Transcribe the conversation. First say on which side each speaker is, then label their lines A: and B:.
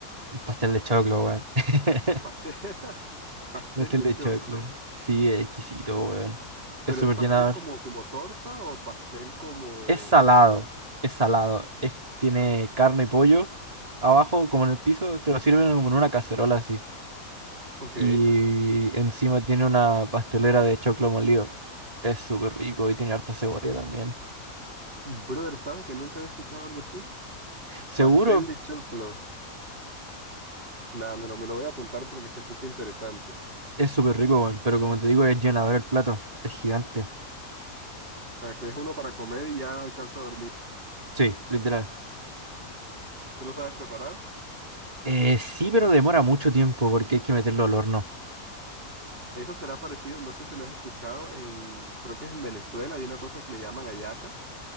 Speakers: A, on the right; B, on the right.
A: un pastel de choclo, weón. <laughs>
B: Pastel, <laughs> pastel
A: Pastel
B: de
A: de
B: choclo.
A: choclo. Sí, es exquisito, weón.
B: ¿Pero
A: Es súper
B: es pastel
A: llenador.
B: como, como torta o pastel como...?
A: Es salado, es salado. Es, tiene carne y pollo abajo, como en el piso. Te lo sirven como en una cacerola así.
B: Ok.
A: Y encima tiene una pastelera de choclo molido. Es súper rico y tiene harta cebolla también.
B: Brother, ¿sabes que nunca había escuchado algo así?
A: Seguro
B: Pastel de choclo. Nada, me lo, me lo voy a apuntar porque se escucha interesante. O
A: es súper rico, weón, pero como te digo, es llenador el plato. Es gigante.
B: sea, que es uno para comer y ya echarse a dormir.
A: Sí, literal.
B: ¿Tú lo sabes preparar?
A: Eh, sí, pero demora mucho tiempo porque hay que meterlo al horno.
B: Eso será parecido, no sé si lo has escuchado, en, creo que es en Venezuela, hay una cosa que le llaman hallaca.